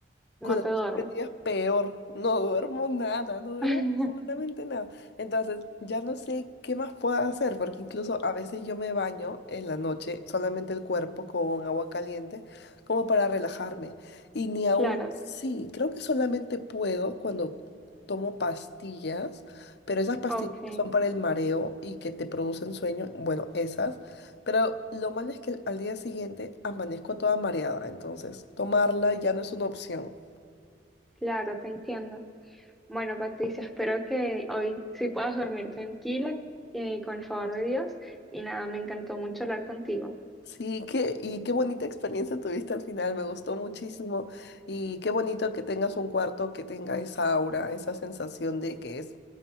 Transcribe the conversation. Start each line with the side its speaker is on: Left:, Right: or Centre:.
Centre: no
Left: Cuando
Centre: te duermes.
Left: estoy perdida es peor, no duermo nada, no duermo
Centre: <laughs>
Left: absolutamente nada. Entonces, ya no sé qué más puedo hacer, porque incluso a veces yo me baño en la noche, solamente el cuerpo con agua caliente, como para relajarme. Y ni aún
Centre: Claro,
Left: así, creo que solamente puedo cuando tomo pastillas, pero esas pastillas
Centre: ok,
Left: que son para el mareo y que te producen sueño, bueno, esas. Pero lo malo es que al día siguiente amanezco toda mareada, entonces tomarla ya no es una opción.
Centre: claro, te entiendo. Bueno, Patricia, espero que hoy sí puedas dormir tranquila, eh, con el favor de Dios. Y nada, me encantó mucho hablar contigo.
Left: Sí, qué, y qué bonita experiencia tuviste al final, me gustó muchísimo y qué bonito que tengas un cuarto que tenga esa aura, esa sensación de que es